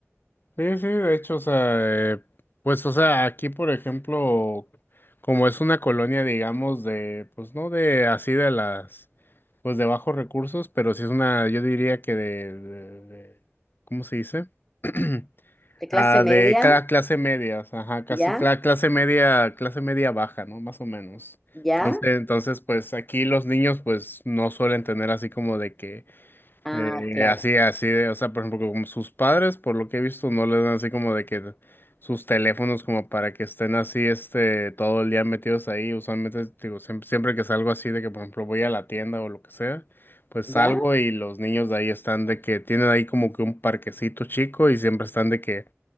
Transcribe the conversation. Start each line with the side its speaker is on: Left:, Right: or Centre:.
Left: Sí, sí, de hecho, o sea, eh, pues, o sea, aquí, por ejemplo, como es una colonia, digamos, de, pues, no de así de las, pues, de bajos recursos, pero sí es una, yo diría que de, de- de- ¿cómo se dice? <clears throat>
Centre: De clase
Left: Ah,
Centre: media,
Left: de cada clase media, ajá, casi
Centre: ya,
Left: cla- clase media, clase media baja, ¿no? Más o menos.
Centre: ya,
Left: Entonces, entonces, pues, aquí los niños, pues, no suelen tener así como de que
Centre: ah,
Left: eh,
Centre: claro.
Left: así, así de, o sea, por ejemplo, como sus padres, por lo que he visto, no les dan así como de que sus teléfonos como para que estén así, este, todo el día metidos ahí. Usualmente, digo, siempre, siempre que salgo así de que, por ejemplo, voy a la tienda o lo que sea, pues
Centre: ¿Ya?
Left: salgo y los niños de ahí están de que tienen ahí como que un parquecito chico y siempre están de que